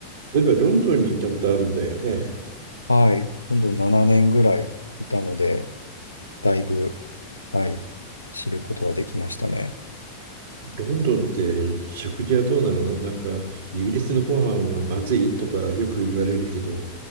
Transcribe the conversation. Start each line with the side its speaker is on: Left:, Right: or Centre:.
Right: そういえばロンドンに行ったことあるんだよね。
Left: はい。今度7年ぐらいいたので、だいぶ、はい、知ることができましたね。
Right: ロンドンって食事はどうなのなんかイギリスのご飯はまずいとかよく言われるけど、